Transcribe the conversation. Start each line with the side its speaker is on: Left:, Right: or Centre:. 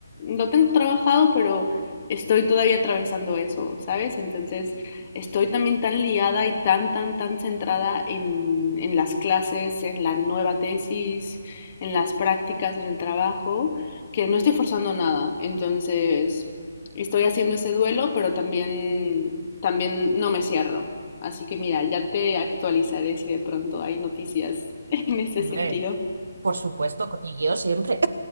Left: lo tengo trabajado, pero estoy todavía atravesando eso, ¿sabes? Entonces, estoy también tan liada y tan, tan, tan centrada en, en las clases, en la nueva tesis, en las prácticas, en el trabajo que no estoy forzando nada. Entonces, estoy haciendo ese duelo, pero también, también no me cierro. Así que mira, ya te actualizaré si de pronto hay noticias <laughs> en ese
Right: Hombre,
Left: sentido.
Right: por supuesto, cotilleo siempre.